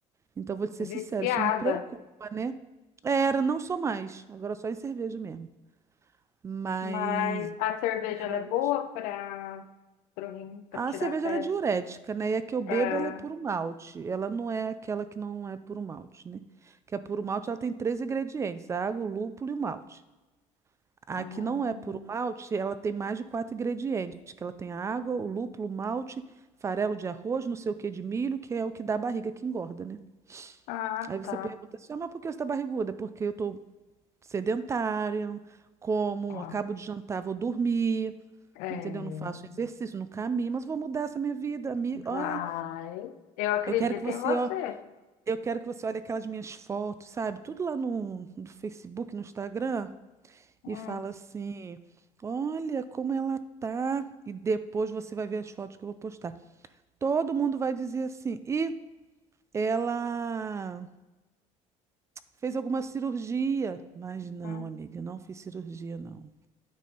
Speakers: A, on the right; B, on the left.
A: Então, vou te ser sincero,
B: viciada.
A: isso me preocupa, né? É, Era, não sou mais. Agora só em cerveja mesmo. Mas
B: Mas a cerveja
A: refrigerante.
B: ela é boa para o rim, para
A: A
B: tirar
A: cerveja
B: pedra.
A: ela é diurética, né? E a que eu bebo
B: É.
A: ela é puro malte. Ela não é aquela que não é puro malte, né? Que a puro malte ela tem três ingredientes: a água, o lúpulo e o malte. A
B: Hum,
A: que não é puro malte, ela tem mais de quatro ingredientes, que ela tem a água, o lúpulo, o malte, farelo de arroz, não sei o que de milho, que é o que dá a barriga que engorda, né?
B: ah,
A: Aí você
B: tá.
A: pergunta assim, ah, mas por que você tá barriguda? Porque eu tô sedentária, como,
B: Ó,
A: acabo de jantar, vou dormir,
B: é,
A: entendeu? Não faço exercício, não caminho, mas vou mudar essa minha vida, amiga.
B: vai.
A: Olha,
B: Eu acredito
A: Eu quero que você,
B: em você.
A: ó, eu quero que você olhe aquelas minhas fotos, sabe? Tudo lá no, no Facebook, no Instagram,
B: Hum,
A: e fala assim: "Olha como ela tá". E depois você vai ver as fotos que eu vou postar. Todo mundo vai dizer assim: "E ela fez alguma cirurgia?". Mas não,
B: hum.
A: amiga, não fiz cirurgia não.